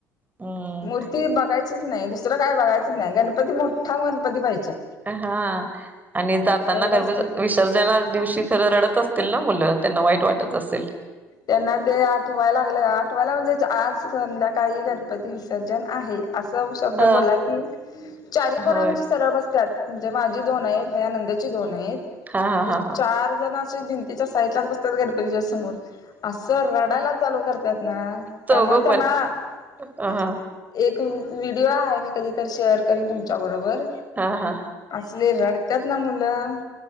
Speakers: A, on the right; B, on the left.
A: हम्म
B: मूर्ती बघायचीच नाही दुसरं काय बघायचं नाही गणपती मोठा गणपती पाहिजे.
A: हा आणि जाताना
B: एवढं
A: गणपती
B: असतंय
A: विसर्जना दिवशी खरं रडत असतील ना मुलं त्यांना वाईट वाटत असेल.
B: त्यांना ते आठवायला लागलं आठवायला म्हणजे आज संध्याकाळी गणपती विसर्जन आहे. असं शब्द
A: ह
B: बोला की चारीपण
A: होय
B: आमची सरळ बसतात म्हणजे माझी दोन आहेत मया नंदेची दोन आहेत
A: हा हा हा हा
B: चार जण भिंतीच्या साईड ला त्यात गणपतीच्यासमोर असं रडायला चालू करता
A: चौघं
B: त्यामुळे ना त्यांना
A: पण हा हा
B: एक व्हिडिओ आहे मी कधीतर शेअर करीन मी तुमच्या बरोबर
A: हा हा
B: असले रड त्यात ना मुलं